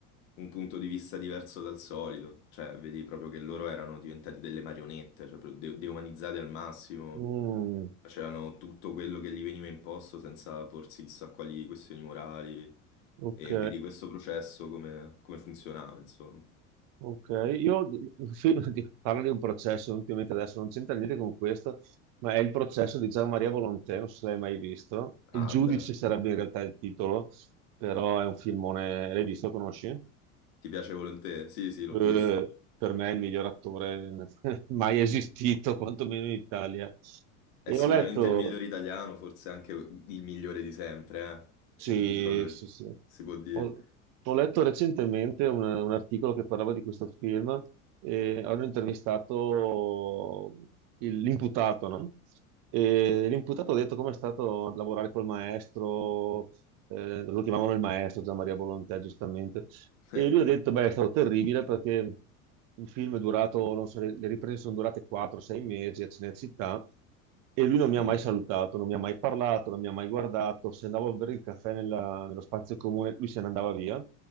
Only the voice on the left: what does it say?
un punto di vista diverso dal solito, cioè vedi proprio che loro erano diventati delle marionette, cioè proprio de- deumanizzati al massimo,
facevano tutto quello che gli veniva imposto senza porsi chissà quali questioni morali,
e vedi questo processo come, come funzionava, insomma.
Ah,
beh,
ti piace Volonté? Sì, sì, l'ho
visto.
È
sicuramente
il migliore italiano, forse anche il migliore di sempre, eh?
Sì, di proprio
si può dire.
<laughs>
Mm.